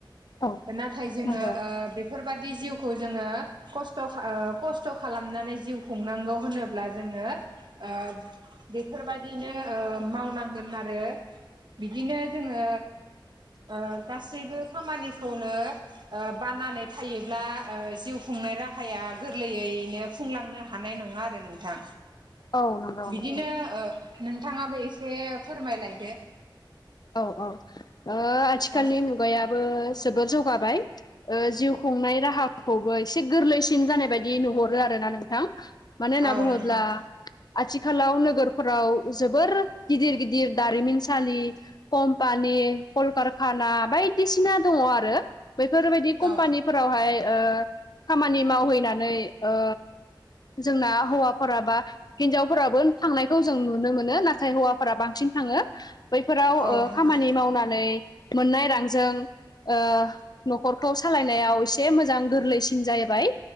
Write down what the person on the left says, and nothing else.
औ
नंगौ
औ नंगौ
नोंथां
औ औ ओ आथिखालनि
मुगायाबो जोबोर जौगाबाय। ओ जिउ खुंनाय राहाखौबो एसे गोरलैसिन जानाय बायदि नुहरो आरो ना नोंथां। मानो होनना
बुङोब्ला
आथिखालाव नोगोरफोराव जोबोर गिदिर गिदिर दारिमिनसालि कम्पानि कल कारखाना बायदिसिना दङ आरो बैफोरबायदि कम्पानि
फोरावहाय ओ खामानि मावहैनानै ओ जोंना हौवाफोरा बा हिनजावफोराबो थांनायखौ जों नुनो मोनो नाथाय हौवाफोरा बांसिन थाङो बैफोराव
ओ
खामानि मावनानै मोननाय रांजों ओ न'खरखौ सालायनायाव एसे मोजां गोरलैसिन जाहैबाय।